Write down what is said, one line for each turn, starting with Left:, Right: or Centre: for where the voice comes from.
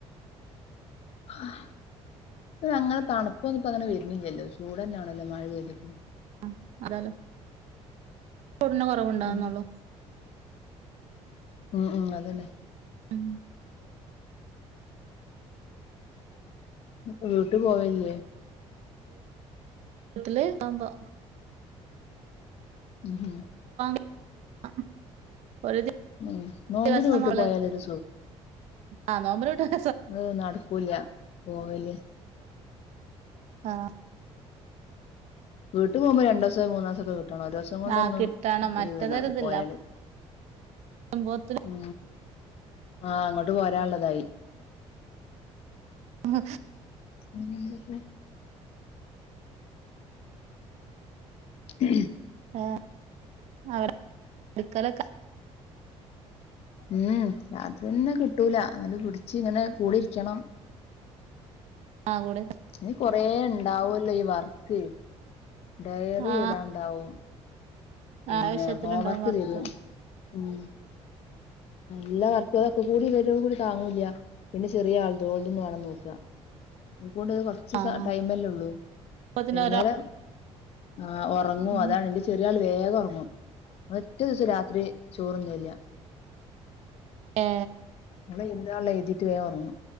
Left: <unintelligible> അങ്ങനെ തണുപ്പൊന്നും ഇപ്പോ അങ്ങനെ വരുന്നില്ലല്ലോ ചൂട്ന്നെയാണല്ലോ മഴ പെയ്തിട്ടും
Right: ആഹ് അതാല്ലോ പുണ്ണ് കുറവുണ്ടാവകുന്നുള്ളു
Left: ഉം ഉം ഉം അതന്നെ
Right: ഉം
Left: ഉ വീട്ടിൽ പോവല്ല
Right: വീട്ടല് ഇതാകുമ്പോ
Left: ഹും ഹും
Right: ആഹ ഒരു ദിവസം
Left: ഉം നോമ്പിന് വീട്ടിൽ പോയാലൊരു
Right: ള ആ നോമ്പട്ട <unintelligible>
Left: അതൊന്നും നടക്കൂല പോവല്
Right: ആ
Left: വീട്ടും പോവുമ്പോ രണ്ടോസൊ മൂന്നാസൊ നി ക ഒരു ദിവസം കൊണ്ടൊന്നും
Right: ആഹ് കിട്ടണം
Left: ഒരു
Right: മറ്റതൊരിതില്ല
Left: ഇത്ണ്ടാവെ പോയാല്
Right: ചെല്ലുമ്പോത്തിന്
Left: ഉ ആ അങ്ങോട്ട് പോരാനുള്ളതായി
Right: ആ
Left: പിന്നെ എന്തൊക്കെ ഉം
Right: ആ അവടെ അടുക്കലൊക്കെ
Left: ഉം അത് തന്നെ കിട്ടൂല എന്നല് പിടിച്ച് ഇങ്ങനെ കൂടെ ഇരിക്കണം
Right: ആ കൂടെ
Left: ഇനി കൊറേ ഇണ്ടാവല്ലോ ഈ വർക്ക് ഡയറി
Right: ആഹ്
Left: എയ്താണ്ടാവും പിന്നെ
Right: ആവശ്യത്തിലുണ്ടാവും
Left: ഹോംവർക്ക്
Right: വർക്ക്
Left: തരും ഉം എല്ലാ വർക്കും തൊക്ക കൂടി ഇവരെ കൂടി താങ്ങൂല്ല പിന്നെ ചെറിയ ആൾതും ഓല്തും മാണം നോക്കാ അത് കെണ്ട് കൊറച്ച്
Right: ആഹ്
Left: ടൈമല്ലേ ഉള്ളൂ
Right: പ്പോത്തിന്
Left: വൈകുന്നേരം
Right: ഒരാ
Left: ആ ഉറങ്ങു
Right: ഉം
Left: അതാണ് എന്റെ ചെറിയ ആൾ വേ റങ്ങു ഒറ്റേ ദിവസം രാത്രി ചോറ് തിനില്ല
Right: ഹേ
Left: ഓള് എഴുതാൻ ഉള്ളത് എഴുതിയിട്ട് വേ ഉറങ്ങും